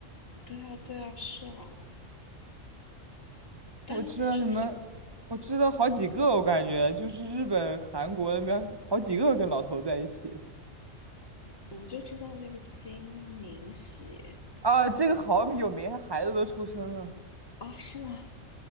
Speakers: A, on the left (about 50°); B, on the right (about 20°).
A: 对啊，对啊，是啊。但是其实挺，
B: 我知道什么，我知道好几个，我感觉就是日本、韩国那边好几个跟老头在一起
A: 我就知道那个金明喜
B: 啊。这个好有名，他孩子都出生了，
A: 啊，是吗？